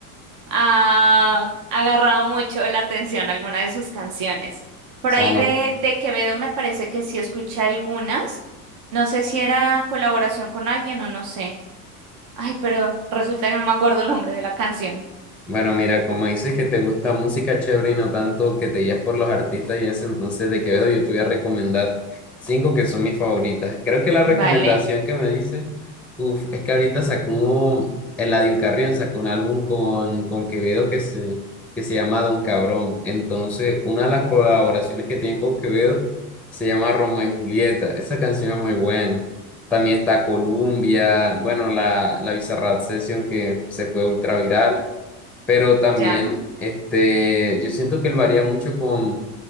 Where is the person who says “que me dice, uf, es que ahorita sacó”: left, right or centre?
Centre